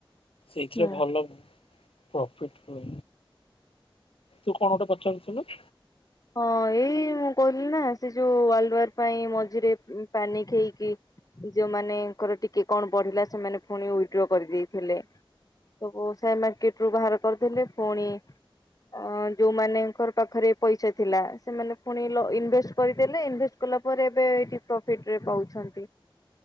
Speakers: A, on the left (about 80°); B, on the left (about 40°).
A: ସେଇଥିରେ
B: ହୁଁ।
A: ଭଲ। ପ୍ରଫିଟ ହୁଏ ତୁ କଣ ଗୋଟେ ପଚାରୁଥିଲୁ?
B: ହଁ ଏଇ ମୁଁ କହିଲି ନା ସେ ଯୋଉ ୱାର୍ଲ ୱାର ପାଇଁ ମଝିରେ ପାନିକ ହେଇକି। ଯୋଉ ମାନେଙ୍କର ଟିକେ କଣ ବଢିଲା ସେମାନେ ଉଇଡ୍ରୋ କରିଦେଇଥିଲେ। ସବୁ ସେୟାର ମାର୍କେଟ ରୁ ବାହାର କରିଦେଲେ ପୁଣି ଅ ଯୋଉ ମାନଙ୍କର ପାଖରେ ପଇସା ଥିଲା ସେମାନେ ପୁଣି ଇନଭେଷ୍ଟ କରିଦେଲେ ଇନଭେଷ୍ଟ କଲା ପରେ ଏବେ ଏଇଠି ପ୍ରଫିଟ ରେ ପାଉଛନ୍ତି।